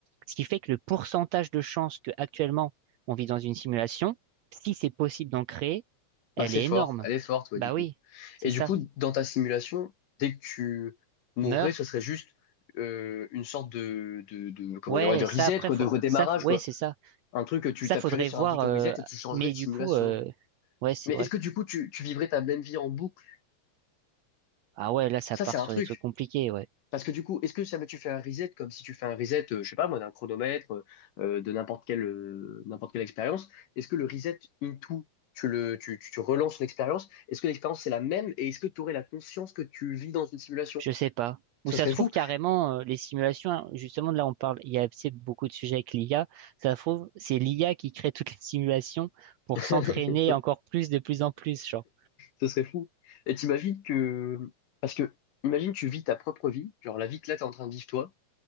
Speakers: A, on the right; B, on the left.
A: Ce qui fait que le pourcentage de chances que actuellement on vit dans une simulation, si c'est possible d'en créer,
B: Bah,
A: elle
B: c'est
A: est
B: fort.
A: énorme.
B: Elle est forte, ouais,
A: Bah
B: du coup.
A: oui, c'est
B: Et du
A: ça.
B: coup, dans ta simulation, dès que tu mourrais,
A: Meurt.
B: ce serait juste euh, une sorte de, de, de, comment
A: Ouais,
B: dire, ouais, de reset,
A: ça après
B: quoi,
A: faut
B: de redémarrage,
A: ça f- ouais,
B: quoi.
A: c'est ça.
B: Un truc que tu
A: Ça,
B: t'appuierais
A: faudrait
B: sur
A: voir.
B: un bouton
A: euh,
B: reset et tu changerais
A: Mais
B: de
A: du
B: simulation.
A: coup, euh, ouais, c'est
B: Mais
A: vrai.
B: est-ce que du coup, tu, tu vivrais ta même vie en boucle?
A: Ah ouais, là, ça
B: Ça,
A: part
B: c'est un
A: sur
B: truc.
A: des trucs compliqués, ouais.
B: Parce que du coup, est-ce que ça va, tu fais un reset comme si tu fais un reset, euh, je sais pas moi, d'un chronomètre, euh, euh, de n'importe quelle, euh, n'importe quelle expérience? Est-ce que le reset into, tu le, tu, tu, tu relances l'expérience? Est-ce que l'expérience c'est la même et est-ce que tu aurais la conscience que tu vis dans une simulation?
A: Je sais pas.
B: Ce
A: Ou ça
B: serait
A: se
B: fou.
A: trouve carrément, euh, les simulations, hein, justement, là, on parle, il y a tu beaucoup de sujets avec l'IA. Ça se trouve, c'est l'IA qui crée toutes les simulations pour
B: <laughs>
A: s'entraîner encore plus, de plus en plus, genre.
B: Ce serait fou. Et t'imagines que, parce que, imagine tu vis ta propre vie, genre la vie que là t'es en train de vivre toi,